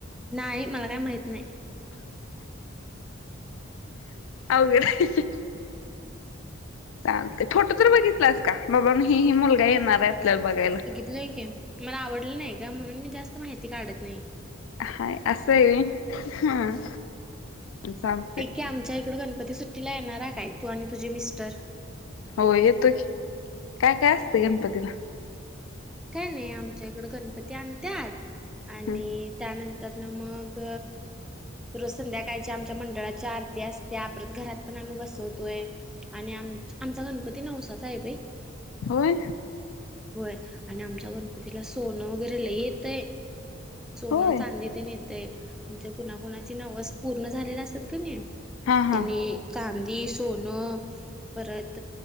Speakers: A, in the centre; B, on the left.
A: नाही मला काय माहित नाही.
B: अवघड हाय. चालते फोटो तर बघितलास का? बाबा मी ही ही मुलगा येणार आहे. तला बघायला
A: लय की मला आवडलं नाही का म्हणून मी जास्त माहिती काढत नाही.
B: हाय असं हाय हा चालतंय.
A: ते आमच्या इकडे गणपती सुट तिला येणारा काय, तू आणि तुझे मिस्टर‌.
B: हो येतो की, काय काय असतंय गणपतीला.
A: काय नाही, आमच्या इकड गणपती आणत्यात आणि
B: हम्म
A: त्यानंतर, त्यात मग रूस संध्याकाळच्या आमच्या मंडळाची आरती असते परत घरात पण आम्ही बसवतोय. आणि, आम- आमचा गणपती नवसा चा आहे बाई.
B: होय.
A: वय आणि आमच्या गणपतीला सोनं वगैरे लय येत आहे. सोनं
B: होय
A: चांदी तेन येतंय म्हणजे, कुणाकुणाची नवस पूर्ण झालेली असतात कणी.
B: हा हा
A: त्यांनी चांदी, सोनं परत